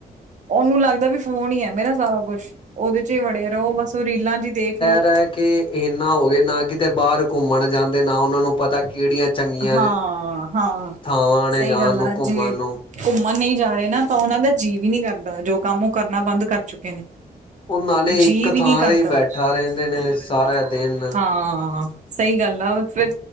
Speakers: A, on the right; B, on the left.
A: ਉਹਨੂੰ ਲੱਗਦਾ ਵੀ ਫੋਨ ਈ ਐ, ਮੇਰਾ ਸਾਰਾ ਕੁੱਛ। ਉਹਦੇ 'ਚ ਈ ਵੜੇ ਰਹੋ ਬਸ ਰੀਲਾਂ ਚ ਦੇਖ- ਲੋ
B: ਤੇ ਕਿ ਏਨਾ ਹੋ ਗਏ ਨਾ, ਕਿਤੇ ਬਾਹਰ ਘੁੰਮਣ ਜਾਂਦੇ, ਨਾ ਉਹਨਾਂ ਨੂੰ ਪਤਾ ਕਿਹੜੀਆਂ ਚੰਗੀਆਂ
A: ਹਾਂ ਹਾਂ
B: ਥਾਵਾਂ, ਨੇ
A: ਸਹੀ
B: ਜਾਣ
A: ਗੱਲ
B: ਨੂੰ
A: ਆ
B: ਘੁੰਮਣ
A: ਜੇ
B: ਨੂੰ।
A: ਘੁੰਮਣ ਨਹੀਂ ਜਾ ਰਹੇ ਨਾ, ਤਾਂ ਉਹਨਾਂ ਦਾ ਜੀ ਵੀ ਨੀ ਕਰਦਾ, ਜੋ ਕੰਮ ਉਹ ਕਰਨਾ ਬੰਦ ਕਰ ਚੁੱਕੇ ਨੇ।
B: ਉਹ ਨਾਲੇ
A: ਜੀ
B: ਇੱਕ
A: ਵੀ
B: ਥਾਂ
A: ਨੀ ਕਰਦਾ,
B: ਤੇ ਹੀ ਬੈਠਾ ਰਹਿੰਦੇ ਨੇ
A: <unintelligible>
B: ਸਾਰਾ ਦਿਨ।
A: ਹਾਂ। ਸਹੀ ਗੱਲ ਆ, ਫੇਰ